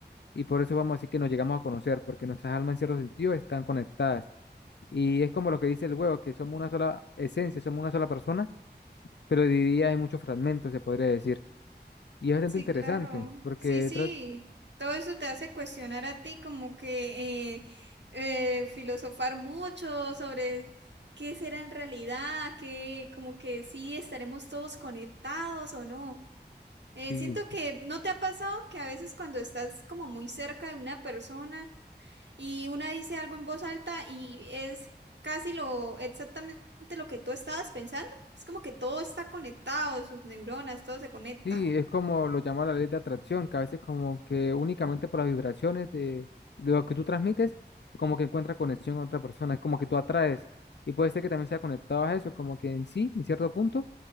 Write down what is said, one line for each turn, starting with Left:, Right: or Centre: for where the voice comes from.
Left: Y por eso vamos a decir que nos llegamos a conocer, porque nuestras almas en cierto sentido están conectadas. Y es como lo que dice el huevo, que somos una sola esencia, somos una sola persona, pero dividida en muchos fragmentos, se podría decir. Y es bastante
Right: Sí,
Left: interesante,
Right: claro.
Left: porque
Right: Sí, sí.
Left: tra-
Right: Todo eso te hace cuestionar a ti, como que eh, eh, filosofar mucho sobre qué será en realidad, que como que sí estaremos todos conectados o no. Eh,
Left: sí,
Right: siento que no te ha pasado que a veces cuando estás como muy cerca de una persona y una dice algo en voz alta y es casi lo exactamente lo que tú estabas pensando. Es como que todo está conectado, sus neuronas, todo se conecta.
Left: Sí, es como lo llama la ley de atracción, que a veces como que únicamente por las vibraciones de, de lo que tú transmites, como que encuentras conexión con otra persona, es como que tú atraes. Y puede ser que también sea conectado a eso, como que en sí, en cierto punto,